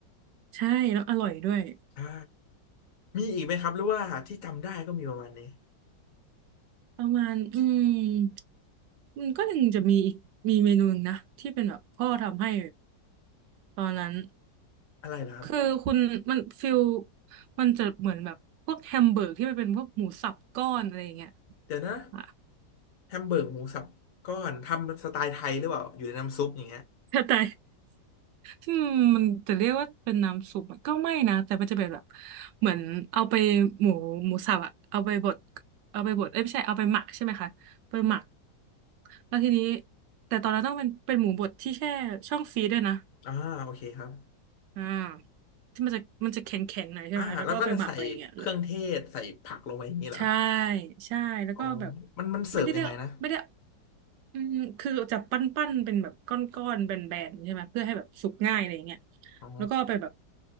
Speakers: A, on the right; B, on the left.
A: ใช่แล้วอร่อยด้วย
B: ใช่ มีอีกไหมครับหรือว่าที่จำได้ก็มีประมาณนี้
A: ประมาณอืมมันก็ยังจะมีอีกมีเมนูหนึ่งนะที่เป็นแบบพ่อทำให้ตอนนั้น
B: อะไรล่ะครับ
A: คือคุณมันฟิลมันจะเหมือนแบบพวกแฮมเบอร์กที่มันเป็นพวกหมูสับก้อนอะไรอย่างเงี้ย
B: เดี๋ยวนะ
A: อ่ะ
B: แฮมเบอร์กหมูสับก้อนทำสไตล์ไทยหรือเปล่าอยู่ในน้ำซุปอย่างเงี้ย
A: แต่แต่อืมมันจะเรียกว่าเป็นน้ำซุปอะก็ไม่นะแต่มันจะเป็นแบบเหมือนเอาไปหมูหมูสับอะเอาไปบดเอาไปบดเอ้ยไม่ใช่เอาไปหมักใช่ไหมคะไปหมักแล้วทีนี้แต่ตอนนั้นต้องเป็นเป็นหมูบดที่แช่ช่องฟรีซด้วยนะ
B: อ่าโอเคครับ
A: อ่าที่มันจะมันจะแข็งแข็งหน่อยใช่ไหมแล้วก็เอาไปหมักอะไรอย่างเงี้ยแล้ว
B: อ่าแล้วก็จะใส่เครื่องเทศใส่ผักลงไปอย่างนี้เหรอ
A: ใช่ใช่แล้วก็แบบ
B: อ๋อมันมันเสิร์ฟยังไงนะ
A: ไม่ได้เรียกไม่ได้อืมคือจะปั้นปั้นเป็นแบบก้อนก้อนแบนแบนๆใช่ไหมเพื่อให้แบบสุกง่ายอะไรอย่างเงี้ย
B: อ๋อ
A: แล้วก็เอาไปแบบ